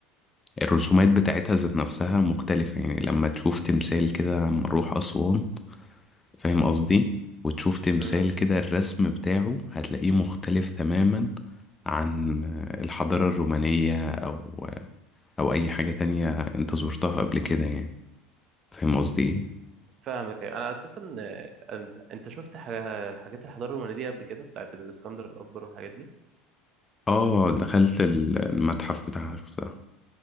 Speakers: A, on the left; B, on the right.
A: الرسومات بتاعتها ذات نفسها مختلفة يعني لما تشوف تمثال كده لما نروح أسوان فاهم قصدي وتشوف تمثال
B: امم
A: كده الرسم بتاعه هتلاقيه مختلف تماما عن الحضارة الرومانية أو او اي حاجة تانية انت زرتها قبل كده يعني فاهم قصدي ايه
B: فاهمك أيوة. انا اساسا آه، انت انت شفت حاجة- حاجات الحضارة الرومانية دي قبل كده بتاعت الاسكندر الاكبر والحاجات دي
A: اه دخلت ال- المتحف بتاعها شفتها